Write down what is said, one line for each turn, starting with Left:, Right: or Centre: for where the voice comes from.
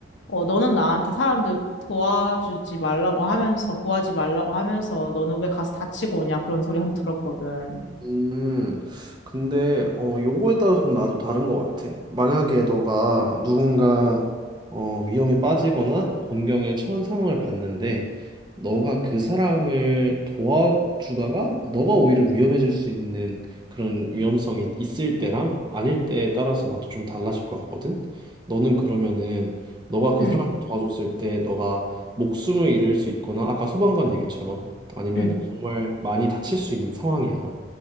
Left: 어, 너는 나한테 사람들 도와주지 말라고 하면서, 구하지 말라고 하면서, 너는 왜 가서 다치고 오냐 그런 소리 한 들었거든.
Right: 음, 근데, 어, 요거에 따라서 좀 나도 다른 것 같아. 만약에 너가 누군가, 어, 위험에 빠지거나 곤경에 처한 상황을 봤는데, 너가 그 사람을 도와주다가, 너가 오히려 위험해질 수 있는 그런 위험성이 있을 때랑 아닐 때에 따라서 나도 좀 달라질 것 같거든? 너는 그러면은, 너가 그
Left: 응,
Right: 사람을 도와줬을 때, 너가 목숨을 잃을 수 있거나, 아까 소방관 얘기처럼, 아니면
Left: 응.
Right: 정말 많이 다칠 수 있는 상황이야.